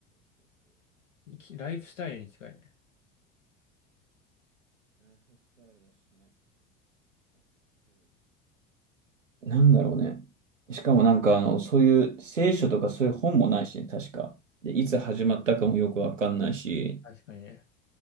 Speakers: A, on the left (about 80°); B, on the right (about 80°).
A: 生きライフスタイルに近いね。
B: なんだろうね。しかもなんかあの、そういう聖書とかそういう本もないしね、確か。で、いつ始まったかもよくわかんないし、
A: 確かにね。